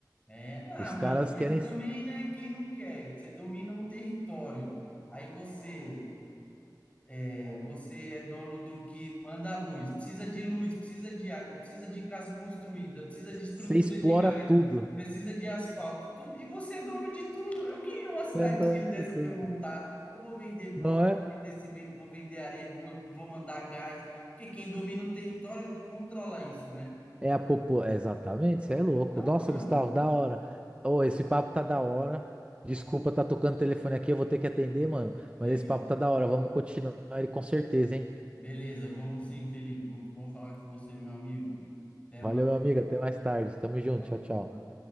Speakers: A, on the left; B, on the right.
A: É, ah,
B: Os
A: mano,
B: caras querem
A: mas também, né? Quem não quer? Você domina um território, aí você É, Você é dono do que manda a luz, precisa de luz, precisa de água, precisa de casa construída, precisa de estrutura
B: se explora
A: de gás,
B: tudo.
A: precisa de asfalto, tudo. E você é dono de tudo. Eu queria uma cidadezinha
B: É doido
A: dessa
B: de tudo.
A: para eu montar. Eu vou vender bloco,
B: Não é?
A: vou vender cimento, vou vender areia, vou, vou mandar gás. Porque quem domina o território é o que controla isso, né?
B: É a popu... é Exatamente, você é louco.
A: Então,
B: Nossa,
A: mano,
B: Gustavo, da hora. Ô, esse papo tá da hora. Desculpa, tá tocando o telefone aqui, eu vou ter que atender, mano.
A: legal.
B: Mas esse papo tá da hora. Vamos continuar ele com certeza, hein?
A: Beleza, vamos sim, Felipe. Muito bom falar com você, meu amigo. Até mais.
B: Valeu, meu amigo. Até mais tarde. Tamo junto.
A: Falou.
B: Tchau, tchau.